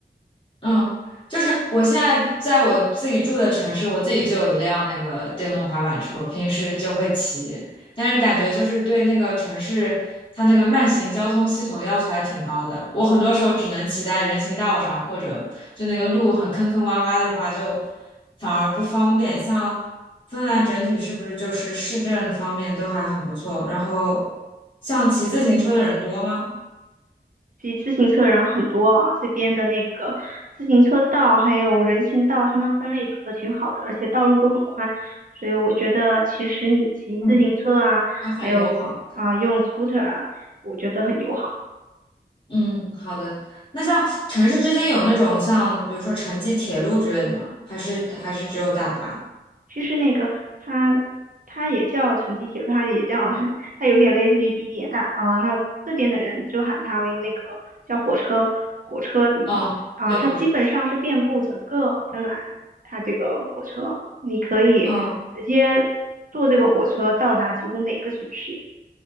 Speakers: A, on the left; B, on the right.
A: 嗯，就是我现在在我自己住的城市，我自己就有一辆那个电动滑板车，我平时就会骑，但是感觉就是对那个城市它那个慢行交通系统要求还挺高的，我很多时候只能骑在人行道上，或者就那个路很坑坑洼洼的话，就反而不方便。像芬兰整体是不是就是市政方面都还很不错？然后像骑自行车的人多吗？
B: 骑自行车人很多啊，这边的那个自行车道还有人行道，他们分类做的挺好的，而且道路都很宽，所以我觉得其实你骑自行车啊，
A: 嗯。就很友好。
B: 还有啊、用 scooter 啊，我觉得很友好。
A: 嗯，好的。那像城市之间有那种像比如说城际铁路之类的吗？还是还是只有大巴？
B: 其实那个它它也叫城际铁路，它也叫 <laughs> 它有点类似于地铁，但啊、还有这边的人就喊它为那个叫火车火车迷啊、
A: 哦，对，
B: 它基本上是遍布整个芬兰，
A: 火车。
B: 它这个火车你可以直接坐这个火车到达几乎每个城市，
A: 嗯